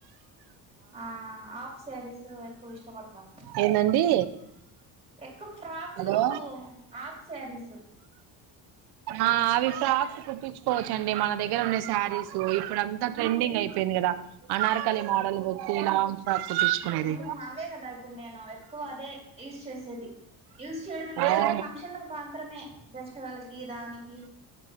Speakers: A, on the right (about 15°); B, on the right (about 75°).
A: ఆ ఆఫ్ సారీస్ ఎక్కువ ఇష్టపడతాను
B: ఏందండి
A: ఒక ఫ్రాక్
B: హలో
A: లు హాఫ్ శారీస్
B: ఆ అవి ఫ్రాక్స్ కుట్టించుకోవచ్చండి మన దగ్గర ఉండే శారీస్ ఇప్పుడు అంతా ట్రెండింగ్ అయిపోయింది కదా అనార్కాలి మోడల్ బట్టి లాంగ్ ఫ్రాక్ కుట్టించుకునేది
A: ఆ అవే కదా ఇప్పుడు నేను ఎక్కువ అదే యూజ్ చేసేది యూజ్ చేయడం అంటే
B: అవును
A: ఎడన్నా ఫంక్షన్లకు మాత్రమే జస్ట్ లకి దానికి